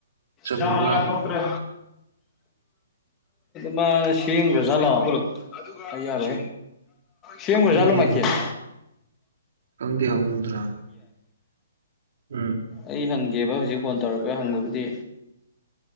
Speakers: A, on the right (about 65°); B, on the left (about 20°).
A: ꯑꯆꯝꯕ
B: ꯃ
A: ꯃꯥꯜꯂꯨ
B: ꯐꯣꯛ꯭ꯔ ꯃꯥ ꯁꯤꯒꯂꯣ ꯌꯥꯔꯦ ꯁꯕꯖꯂꯣ
A: ꯈꯪꯗꯦꯃꯤ
B: ꯃꯥꯀꯤꯈꯤ
A: ꯎꯗꯔꯥ ꯎꯝ
B: ꯑꯩ ꯍꯪꯒꯦꯕ ꯍꯧꯖꯤꯛ ꯐꯣꯟ ꯇꯧꯔꯒ ꯍꯪꯕꯕꯨꯗꯤ